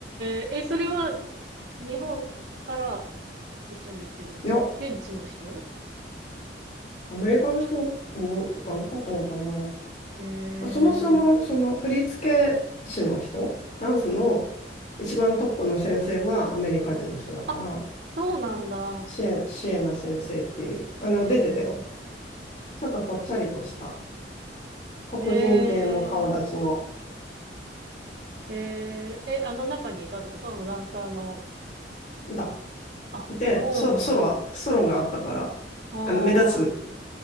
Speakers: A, on the right; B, on the left.
A: え、え、それは日本から一緒に行ってるの現地の人
B: いや、アメリカの人もが多かったのかな。
A: へえ。
B: まあそもそも、その振付師の人、ダンスの
A: うん
B: 一番トップの先生はアメリカ人の人だから、
A: あ、そうなんだ。
B: シエ、シエナ先生っていう、あの、
A: へえ。
B: 出てたよ。ちょっとぽっちゃりとした黒人系の顔立ちの、
A: へえ。へえ。え、あの中にいたってことあのダンサーの。
B: いた。
A: あ、
B: いて、
A: そうなんだ。
B: ソ、ソロは、ソロがあったから、
A: あ
B: あの、目立つ